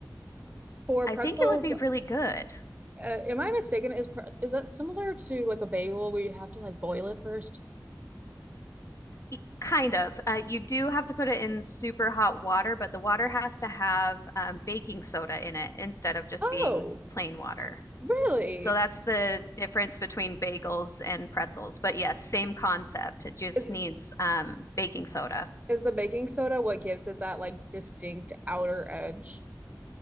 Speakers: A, on the right (about 20°); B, on the left (about 45°).
A: For
B: I
A: pretzels,
B: think it would be really good.
A: uh, am I mistaken? Is pre is that similar to like a bagel where you have to like boil it first?
B: Y- Kind of. Uh, you do have to put it in super hot water, but the water has to have um, baking soda in it instead of just
A: Oh,
B: being plain water.
A: really?
B: So that's the difference between bagels and pretzels. But yes, same concept. It just
A: Is
B: needs um, baking soda.
A: is the baking soda what gives it that like distinct outer edge?